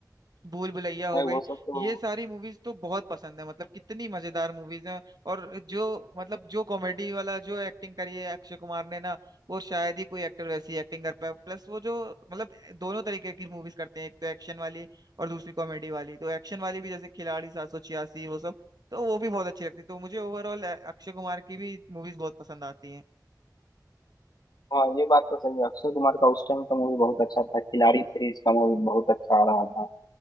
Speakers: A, on the right; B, on the left.
A: भूल भुलैया हो
B: भाई
A: गई
B: वो सब तो
A: ये सारी मूवीज तो बहुत पसंद है मतलब कितनी मजेदार मूवीज हैं और जो मतलब जो कॉमेडी वाला जो एक्टिंग करी है अक्षय कुमार ने ना वो शायद ही कोई एक्टर वैसी एक्टिंग कर पाए प्लस वो जो मतलब दोनों तरीके की मूवीज करते हैं एक तो एक्शन वाली और दूसरी कॉमेडी वाली तो एक्शन वाली भी जैसे खिलाड़ी सात सौ छियासी वो सब तो वो भी बहुत अच्छी लगती है तो मुझे ओवरऑल अक्षय कुमार की भी मूवीज बहुत पसंद आती हैं
B: हाँ ये बात तो सही है अक्षय कुमार का उस टाइम का मूवी बहुत अच्छा था खिलाड़ी सीरीज का मूवी बहुत अच्छा आ रहा था